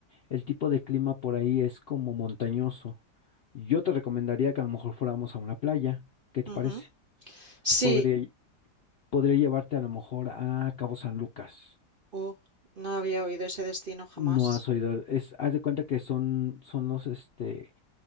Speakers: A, on the left; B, on the right.
A: el tipo de clima por ahí es como montañoso. Yo te recomendaría que a lo mejor fuéramos a una playa. ¿Qué te
B: Ujú.
A: parece?
B: Sí,
A: Podría, podría llevarte a lo mejor a Cabo San Lucas.
B: Uh, no había oído ese destino jamás.
A: No has oído, es, haz de cuenta que son, son los, este,